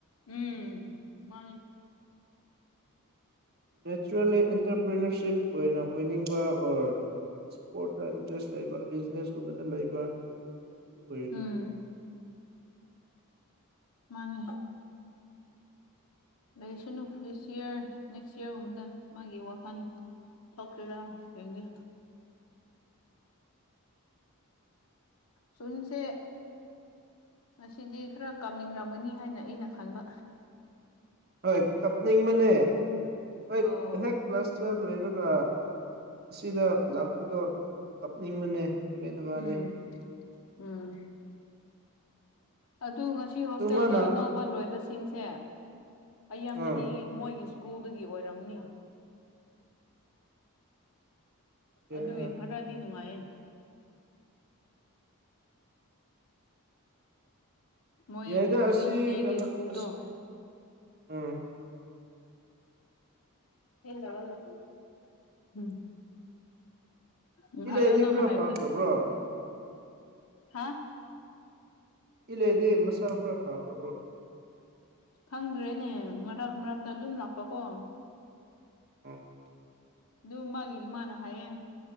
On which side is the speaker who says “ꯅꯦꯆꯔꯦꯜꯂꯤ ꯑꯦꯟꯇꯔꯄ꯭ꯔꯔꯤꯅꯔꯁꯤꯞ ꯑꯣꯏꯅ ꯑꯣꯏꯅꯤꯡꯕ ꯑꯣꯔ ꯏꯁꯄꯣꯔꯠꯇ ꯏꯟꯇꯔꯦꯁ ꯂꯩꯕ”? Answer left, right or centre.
Right